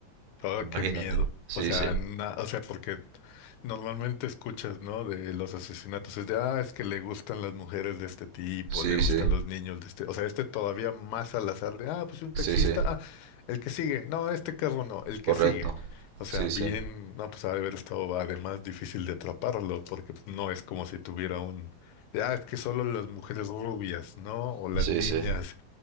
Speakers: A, on the left; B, on the right.
A: Oh,
B: Imagínate.
A: qué miedo.
B: Sí,
A: O sea,
B: sí,
A: na- o sea, porque normalmente escuchas, ¿no? De los asesinatos. Es de, ah, es que le gustan las mujeres de este tipo,
B: sí,
A: le gustan
B: sí,
A: los niños de este. O sea, este todavía más al azar de, ah, pues un
B: sí,
A: taxista,
B: sí,
A: ah, el que sigue. No, este carro no, el
B: correcto.
A: que sigue. O sea,
B: Sí,
A: bien,
B: sí,
A: no, pues ha de haber estado además difícil de atraparlo, porque pues, no es como si tuviera un, de, ah, es que solo las mujeres rubias, ¿no? O las
B: sí,
A: niñas
B: sí.